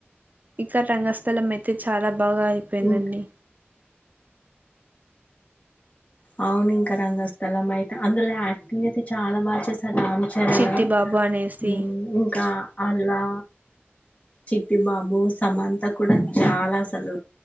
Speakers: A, on the right; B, on the left.
A: ఇక్కడ రంగస్థలమయితే చాలా బాగా అయిపోయిందండి
B: ఇంకా అవును ఇంకా రంగస్థలం అయితే అందులో యాక్టింగ్ అయితే చాలా బాగా చేస్ రామ్ చరణు
A: చిట్టి బాబు అనేసి
B: మ్మ్ ఇంకా అలా చిట్టి బాబు సమంత కూడా చాలా అసలు